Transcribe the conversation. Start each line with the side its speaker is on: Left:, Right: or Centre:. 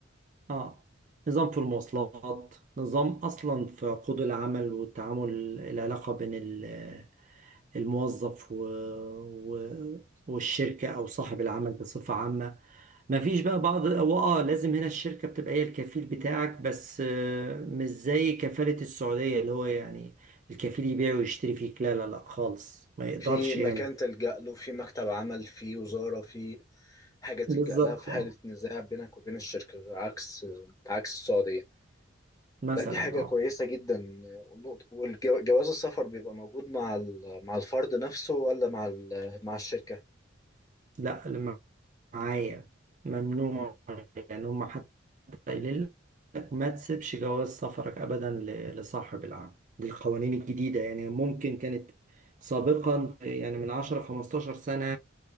Right: اه نظام في المواصلات نظام اصلا في عقود العمل والتعامل العلاقه بين ال- الموظف و... و... والشركه او صاحب العمل بصفه عامه ما فيش بقى بعض هو اه لازم هنا الشركه بتبقى هي الكفيل بتاعك بس آه، مش زي كفاله السعوديه اللي هو يعني الكفيل يبيع ويشتري فيك لا لا لا خالص ما يقدرش
Left: في مكان
Right: يعمل
Left: تلجأ له في مكتب عمل في وزارة في حاجة تلجأ
Right: بالظبط
Left: لها في حالة
Right: اه
Left: نزاع بينك وبين الشركة عكس عكس السعودية
Right: مثلا
Left: لا دي حاجة
Right: اه
Left: كويسة جدا والنقط- والجواز السفر بيبقى موجود مع ال- مع الفرد نفسه ولا مع ال- مع الشركة
Right: لا معايا ممنوع يعني هم حتى قايلين لك ما تسيبش جواز سفرك أبدا ل- لصاحب العمل دي القوانين الجديدة يعني ممكن كانت سابقا يعني من 10 15 سنة